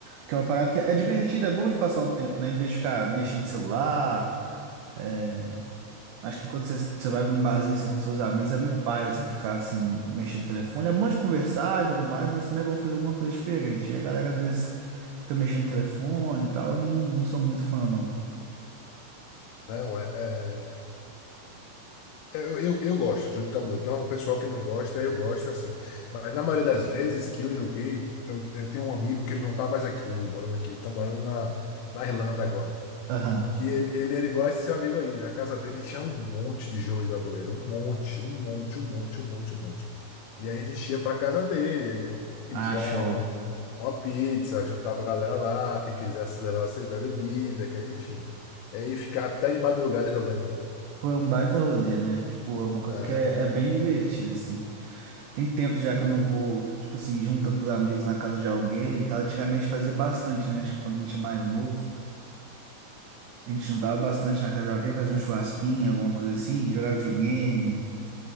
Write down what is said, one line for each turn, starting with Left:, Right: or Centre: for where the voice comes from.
Right: Que é uma parada que é divertida, é bom de passar o tempo, né? Em vez de ficar mexendo no celular, é, Acho que quando você, você vai num barzinho assim com seus amigos, é meio paia você ficar assim, mexendo no telefone. É bom de conversar e tudo mais, mas também é bom fazer alguma coisa diferente. E a galera às vezes fica mexendo no telefone e tal. Eu não, não sou muito fã, não.
Left: Não, é, é. é, É, Eu, eu, eu gosto, de jogo de tabuleiro. Então, o pessoal que não gosta, eu gosto assim. Mas na maioria das vezes que eu joguei, eu, eu tenho um amigo que ele não tá mais aqui, morando aqui, ele tá morando na, na Irlanda agora.
Right: Aham.
Left: Que ele, ele era igual esse seu amigo aí. Na casa dele tinha um monte de jogo de tabuleiro, um monte, um monte, um monte, um monte, um monte. E aí a gente ia pra casa dele, aí pedia
Right: Ah, show.
Left: uma, uma, uma pizza, juntava a galera lá, quem quisesse levar você bebida, que, enfim. Aí ficar até de madrugada jogando lá.
Right: Pô, é um baita rolê, né? Tipo, é uma coisa
Left: É,
Right: que é, é bem divertida, assim. Tem tempo já que eu não vou, tipo assim, junta com os amigos na casa de alguém e tal. Antigamente fazia bastante, né? Acho que quando a gente é mais novo. A gente juntava bastante na casa de alguém, fazia um churrasquinho, alguma coisa assim, jogava videogame,